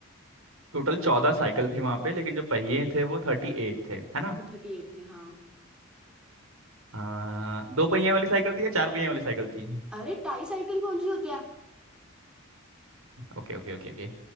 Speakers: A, on the right; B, in the centre.
A: टोटल चौदह साइकिल थी वहां पे लेकिन जो पहिए थे वो थर्टी एट थे है ना
B: वो थर्टी एट थे हाँ
A: आ, दो पहिए वाली साइकिल थी या चार पहिए वाली साइकिल थी
B: अरे टाई साइकिल कौन सी होती है
A: Okay okay okay okay